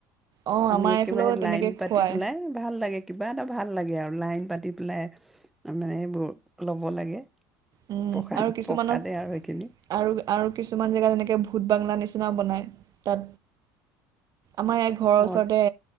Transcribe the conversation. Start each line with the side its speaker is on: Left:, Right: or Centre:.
Right: অ',
Centre: আমি
Right: আমাৰ
Centre: একেবাৰে
Right: এইফালেও তেনেকৈ
Centre: লাইন পাতি
Right: খুৱায়
Centre: পেলাই ভাল লাগে কিবা ভাল লাগে আৰু লাইন পাতি পেলাই মানে এইবোৰ ল'ব লাগে
Right: উম
Centre: প্ৰসাদ
Right: আৰু কিছুমানত
Centre: প্ৰসাদে আৰু সেইখিনি
Right: আৰু আৰু কিছুমান জেগাত এনেকে ভূত বাংলা নিচিনাও বনায় তাত আমাৰ ঘৰৰ
Centre: অ
Right: ওচৰতে